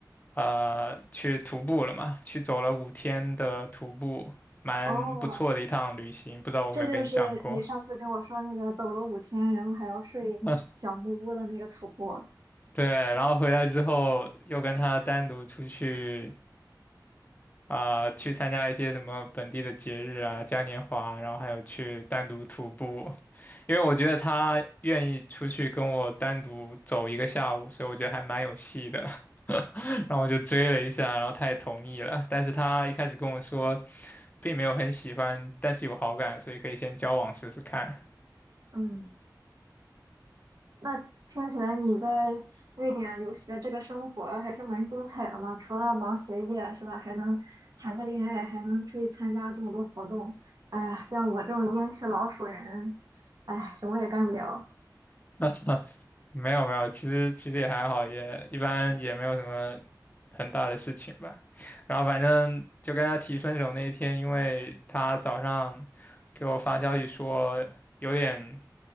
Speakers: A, on the left (about 25°); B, on the right (about 55°).
A: 呃，去徒步了嘛，去走了五天的徒步，蛮不错的一趟旅行，
B: 哦，
A: 不知道我有没有跟你讲过。
B: 这就是你上次跟我说那个走了五天，然后还要睡小木屋的那个徒步。
A: <laughs> 对，然后回来之后又跟她单独出去啊、去参加一些什么本地的节日啊、嘉年华啊，然后还有去单独徒步，因为我觉得他愿意出去跟我单独走一个下午，所以我觉得还蛮有戏的。<laughs> 然后我就追了一下，然后他也同意了，但是他一开始跟我说，并没有很喜欢，但是有好感，所以可以先交往试试看。
B: 嗯。那听起来你在瑞典留学这个生活还是蛮精彩的嘛，除了忙学业是吧，还能谈个恋爱，还能出去参加这么多活动。哎呀，像我这种英气老鼠人，哎，什么也干不了。
A: <laughs> 没有没有，其实其实也还好，也一般也没有什么很大的事情吧。然后反正就跟他提分手那一天，因为他早上给我发消息说有点